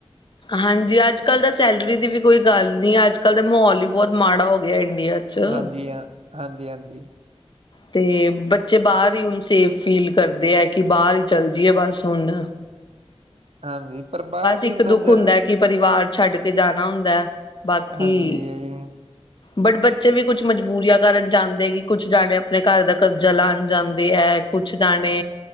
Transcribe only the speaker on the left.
ਹਾਂਜੀ ਅੱਜ-ਕੱਲ੍ਹ ਤਾਂ ਸੈਲਰੀ ਦੀ ਵੀ ਕੋਈ ਗੱਲ ਨਈ ਅੱਜ-ਕੱਲ੍ਹ ਦਾ ਮਾਹੌਲ ਈ ਬੋਤ ਮਾੜਾ ਹੋ ਗਿਆ ਇੰਡੀਆ 'ਚ।
ਤੇ ਬੱਚੇ ਬਾਅਰ ਈ ਹੁਣ ਸੇਫ ਫੀਲ ਕਰਦੇ ਆ ਕਿ ਬਾਅਰ ਹੀ ਚੱਲ ਜਾਈਏ ਬਸ ਹੁਨ
ਇੱਕ
ਦੁੱਖ
ਹੁੰਦਾ ਹੈ ਕਿ ਪਰਿਵਾਰ ਛੱਡ ਕੇ ਜਾਣਾ ਹੁੰਦਾ ਬਾਕੀ
ਬਟ ਬੱਚੇ ਵੀ ਕੁਛ ਮਜਬੂਰੀਆਂ ਕਰਨ ਜਾਂਦੇ। ਕਿ ਕੁਛ ਜਾਣੇ ਆਪਣੇ ਘਰ ਦਾ ਕਰਜ਼ਾ ਲਾਉਣ ਜਾਂਦੇ ਹੈ ਕੁਛ ਜਾਣੇ